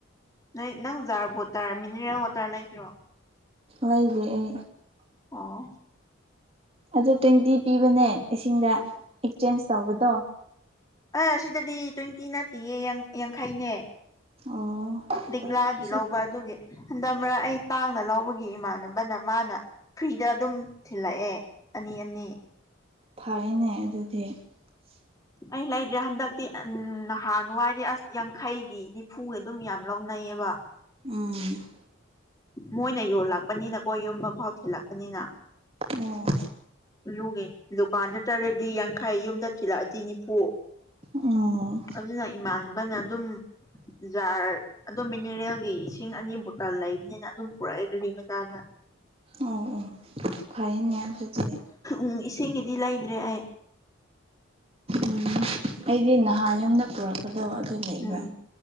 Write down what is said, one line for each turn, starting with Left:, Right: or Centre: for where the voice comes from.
Left: ꯅꯣꯏ ꯅꯪ ꯖꯥꯔ ꯕꯣꯇꯔ ꯃꯤꯅꯔꯦꯜ ꯋꯥꯇꯔ ꯂꯩꯗ꯭ꯔꯣ
Right: ꯂꯩꯗꯦ ꯑꯩ
Left: ꯑꯣ
Right: ꯑꯗ ꯇ꯭ꯋꯦꯟꯇꯤ ꯄꯤꯕꯅꯦ ꯏꯁꯤꯡꯗ ꯑꯦꯛꯆꯦꯟꯖ ꯇꯧꯕꯗꯣ
Left: ꯑꯦ ꯁꯤꯗꯗꯤ ꯇ꯭ꯋꯦꯟꯇꯤ ꯅꯠꯇꯦꯌꯦ ꯌꯥꯡꯈꯩꯅꯦ
Right: ꯑꯣ
Left: ꯂꯤꯛꯂꯥꯒꯤ
Right: ꯑꯁꯤ
Left: ꯂꯧꯕ ꯑꯗꯨꯒꯤ ꯍꯟꯗꯛ ꯃꯔꯛ ꯑꯩ ꯇꯥꯡꯅ ꯂꯧꯕꯒꯤ ꯏꯃꯥꯟꯅꯕꯅ ꯃꯥꯅ ꯐ꯭ꯔꯤꯗ ꯑꯗꯨꯝ ꯊꯤꯜꯂꯛꯑꯦ ꯑꯅꯤ ꯑꯅꯤ
Right: ꯐꯔꯦꯅꯦ ꯑꯗꯨꯗꯤ <inaudible>
Left: ꯑꯩ ꯂꯩꯗ꯭ꯔꯦ ꯍꯟꯗꯛꯇꯤ ꯅꯍꯥꯟꯋꯥꯏꯗꯤ ꯑꯁ ꯌꯥꯡꯈꯩꯒꯤ ꯅꯤꯐꯨꯒꯤ ꯑꯗꯨꯝ ꯌꯥꯝ ꯂꯧꯅꯩꯌꯦꯕ
Right: ꯎꯝ
Left: ꯃꯣꯏꯅ ꯌꯣꯜꯂꯛꯄꯅꯤꯅꯀꯣ ꯌꯨꯝꯕ ꯐꯥꯎ ꯊꯤꯂꯛꯄꯅꯤꯅ
Right: ꯑꯣ
Left: ꯂꯨꯒꯤ ꯗꯨꯀꯥꯟꯗ ꯆꯠꯂꯗꯤ ꯌꯥꯡꯈꯩ ꯌꯨꯝꯗ ꯊꯤꯜꯂꯛꯑꯗꯤ ꯅꯤꯐꯨ
Right: ꯑꯣ
Left: ꯑꯗꯨꯅ ꯏꯃꯥꯟꯅꯕꯅ ꯑꯗꯨꯝ ꯖꯥꯔ ꯑꯗꯨꯝ ꯃꯤꯅꯔꯦꯜꯒꯤ ꯏꯁꯤꯡ ꯑꯅꯤꯕꯨ ꯂꯩꯕꯅꯤꯅ ꯑꯗꯨꯝ ꯄꯨꯔꯥꯛꯑꯦ ꯒꯔꯤ ꯃꯆꯥꯗ
Right: ꯑꯣ ꯑꯣ ꯐꯩꯅꯦ ꯑꯗꯨꯗꯤ
Left: ꯎꯝ ꯏꯁꯤꯡꯒꯤꯗꯤ ꯂꯩꯗ꯭ꯔꯦ ꯑꯩ
Right: ꯎꯝ ꯑꯩꯗꯤ ꯅꯍꯥꯟ ꯌꯨꯝꯗ ꯄꯨꯔꯛꯄꯗꯣ ꯑꯗꯨ ꯂꯩꯕ
Left: ꯎꯝ